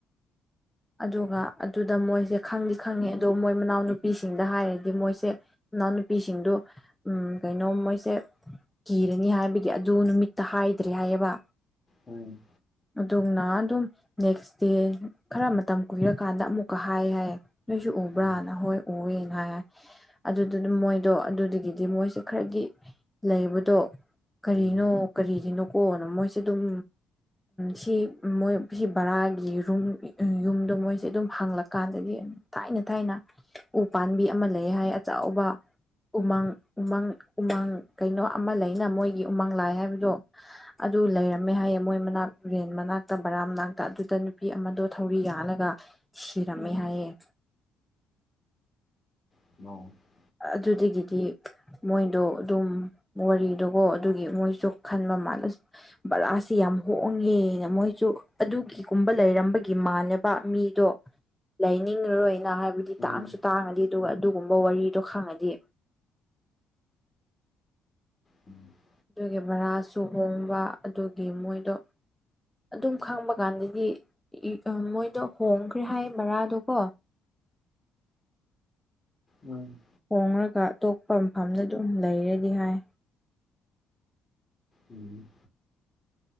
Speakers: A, in the centre; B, on the left.
A: ꯑꯗꯨꯒ ꯑꯗꯨꯗ ꯃꯣꯏꯁꯦ ꯈꯪꯗꯤ ꯈꯪꯉꯤ ꯑꯗꯣ ꯃꯣꯏ ꯃꯅꯥꯎꯅꯨꯄꯤꯁꯤꯡꯗ ꯍꯥꯏꯔꯗꯤ ꯃꯣꯏꯁꯦ ꯏꯅꯥꯎꯅꯨꯄꯤꯁꯤꯡꯗꯨ ꯎꯝ ꯀꯩꯅꯣ ꯃꯣꯏꯁꯦ ꯀꯤꯔꯅꯤ ꯍꯥꯏꯕꯒꯤ ꯑꯗꯨ ꯅꯨꯃꯤꯠꯇ ꯍꯥꯏꯗ꯭ꯔꯦ ꯍꯥꯏꯌꯦꯕ
B: ꯎꯝ
A: ꯑꯗꯨꯅ ꯑꯗꯨꯝ ꯅꯦꯛꯁ ꯗꯦ ꯈꯔ ꯃꯇꯝ ꯀꯨꯏꯔꯀꯥꯟꯗ ꯑꯃꯨꯛꯀ ꯍꯥꯏ ꯍꯥꯏꯌꯦ ꯅꯣꯏꯁꯨ ꯎꯕ꯭ꯔꯥꯅ
B: ꯎꯝ ꯎꯝ
A: ꯍꯣꯏ ꯎꯑꯦꯅ ꯍꯥꯏ ꯑꯗꯨꯗꯨꯅ ꯃꯣꯏ ꯑꯗꯣ ꯑꯗꯨꯗꯒꯤꯗꯤ ꯃꯣꯏꯁꯦ ꯈꯔꯗꯤ ꯂꯩꯕꯗꯣ ꯀꯔꯤꯅꯣ
B: ꯎꯝ
A: ꯀꯔꯤꯒꯤꯅꯣꯀꯣꯅ ꯃꯣꯏꯁꯦ ꯑꯗꯨꯝ ꯁꯤ ꯃꯣꯏ ꯁꯤ ꯕꯔꯥꯒꯤ ꯔꯨꯝ ꯌꯨꯝꯗꯣ ꯃꯣꯏꯁꯦ ꯑꯗꯨꯝ ꯍꯥꯡꯂꯛꯀꯥꯟꯗꯗꯒꯤ ꯊꯥꯏꯅ ꯊꯥꯏꯅ ꯎ ꯄꯥꯝꯕꯤ ꯑꯃ ꯂꯩ ꯍꯥꯏ ꯑꯆꯕ ꯎꯃꯪ ꯎꯃꯪ ꯎꯃꯪ ꯀꯩꯅꯣ ꯑꯃ ꯂꯩꯅ ꯃꯣꯏꯒꯤ ꯎꯃꯪ ꯂꯥꯏ ꯍꯥꯏꯕꯗꯣ ꯑꯗꯨ ꯂꯩꯔꯝꯃꯦ ꯍꯥꯏꯌꯦ ꯃꯣꯏ ꯃꯅꯥꯛ ꯔꯦꯟ ꯃꯅꯥꯛꯇ ꯕꯔꯥ ꯃꯅꯥꯛꯇ ꯑꯗꯨꯗ ꯅꯨꯄꯤ ꯑꯃꯗꯣ ꯊꯧꯔꯤ ꯌꯥꯜꯂꯒ ꯁꯤꯔꯝꯃꯦ ꯍꯥꯏꯌꯦꯦ
B: <unintelligible>
A: ꯑꯗꯨꯗꯒꯤꯗꯤ ꯃꯣꯏꯗꯣ ꯑꯗꯨꯝ ꯋꯥꯔꯤꯗꯣꯀꯣ ꯑꯗꯨꯒꯤ ꯃꯣꯏꯁꯨ ꯈꯟꯕ ꯃꯥꯜꯂ ꯕꯔꯁꯤꯦ ꯌꯥꯝ ꯍꯣꯡꯉꯦꯅ ꯃꯣꯏꯁꯨ ꯑꯗꯨꯒꯤꯒꯨꯝꯕ ꯂꯩꯔꯝꯕꯒꯤ ꯃꯥꯜꯂꯦꯕ ꯃꯤꯗꯣ ꯂꯩꯅꯤꯡꯉꯔꯣꯏꯅ ꯍꯥꯏꯕꯗꯤ
B: ꯎꯝ
A: ꯇꯥꯡꯁꯨ ꯇꯥꯡꯉꯗꯤ ꯑꯗꯨꯒ ꯑꯗꯨꯒꯨꯝꯕ ꯋꯥꯔꯤꯗꯣ ꯈꯪꯉꯗꯤ
B: ꯎꯝ
A: ꯑꯗꯨꯒꯤ ꯚꯔꯥꯁꯨ ꯍꯣꯡꯕ ꯑꯗꯨꯒꯤ ꯃꯣꯏꯗꯣ ꯑꯗꯨꯝ ꯈꯪꯕ ꯀꯥꯟꯗꯗꯤ ꯃꯣꯏꯗꯣ ꯍꯣꯡꯈ꯭ꯔꯦ ꯍꯥꯏ ꯃꯔꯥꯗꯣꯀꯣ
B: ꯎꯝ
A: ꯍꯣꯡꯂꯒ ꯑꯇꯣꯞꯄ ꯃꯐꯝꯗ ꯑꯗꯨꯝ ꯂꯩꯔꯗꯤ ꯍꯥꯏ
B: ꯎꯝ